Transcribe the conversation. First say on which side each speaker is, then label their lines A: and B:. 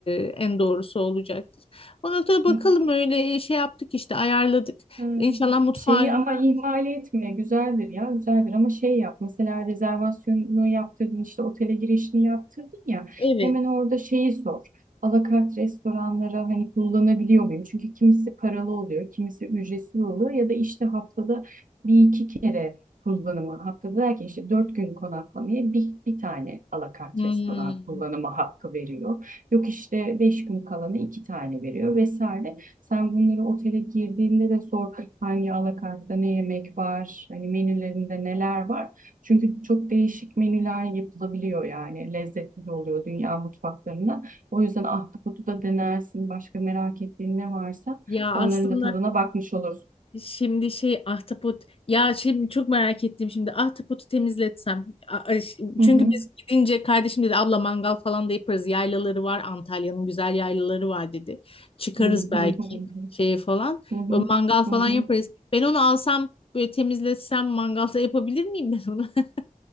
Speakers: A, on the left; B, on the right.
A: e, en doğrusu olacaktır. Ona da bakalım
B: hı.
A: öyle şey yaptık işte ayarladık.
B: Ee,
A: İnşallah mutfağa
B: Şeyi
A: güzel.
B: ama ihmal etme güzeldir ya güzeldir ama şey yap mesela rezervasyonunu yaptırdın işte otele girişini yaptırdın ya
A: Evet.
B: hemen orada şeyi sor alakart restoranlara hani kullanabiliyor muyum çünkü kimisi paralı oluyor kimisi ücretsiz oluyor ya da işte haftada bir iki kere kullanımı haftada derken işte dört gün konaklamaya bir, bir tane alakart
A: Hmm.
B: restoran kullanımı hakkı veriyor yok işte beş gün kalana iki tane veriyor vesaire sen bunları otele girdiğinde de sor hangi alakartta ne yemek var, hani menülerinde neler var. Çünkü çok değişik menüler yapılabiliyor yani lezzetli de oluyor dünya mutfaklarına. O yüzden ahtapotu da denersin, başka merak ettiğin ne varsa
A: Ya
B: onların
A: aslında
B: da tadına bakmış olursun.
A: Şimdi şey ahtapot ya şimdi çok merak ettim şimdi ahtapotu temizletsem A- a- ş-
B: Hı
A: çünkü
B: hı.
A: biz gidince kardeşim dedi abla mangal falan da yaparız yaylaları var Antalya'nın güzel yaylaları var dedi çıkarız
B: Hı hı
A: belki
B: hı hı.
A: şeye falan
B: Hı hı.
A: O mangal falan
B: Hı hı.
A: yaparız ben onu alsam böyle temizletsem mangalda yapabilir miyim ben onu <laughs>